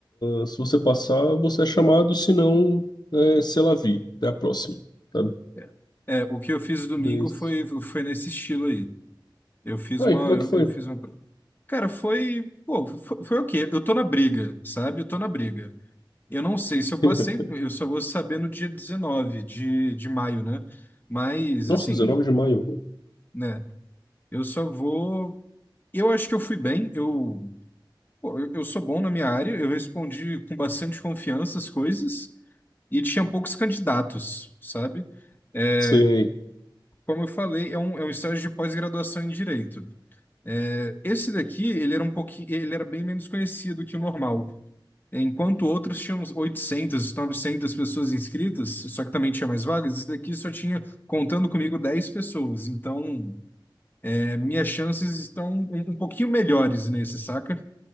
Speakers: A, on the left (about 55°); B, on the left (about 25°).
A: ah, se você passar, você é chamado, se não, é, c'est la vie, até a próxima, sabe?
B: É, É, o que eu fiz domingo
A: Mas...
B: foi, foi nesse estilo aí. Eu fiz
A: Ah,
B: uma,
A: e como é
B: eu,
A: que foi?
B: eu fiz uma. Cara, foi, pô, foi, foi o quê? Eu tô na briga, sabe? Eu tô na briga. Eu não sei se eu passei,
A: <laughs>
B: eu só vou saber no dia 19 de, de maio, né? Mas,
A: Nossa,
B: assim,
A: 19 de maio.
B: né? Eu só vou. Eu acho que eu fui bem, eu, pô, eu eu sou bom na minha área, eu respondi com bastante confiança as coisas e tinha poucos candidatos, sabe? É,
A: Sei,
B: como eu falei, é um, é um estágio de pós-graduação em direito. É, esse daqui, ele era um pouquinho, ele era bem menos conhecido que o normal. Enquanto outros tinham uns 800, 900 pessoas inscritas, só que também tinha mais vagas, esse daqui só tinha, contando comigo, 10 pessoas. Então, é, minhas chances estão um, um pouquinho melhores nesse, saca?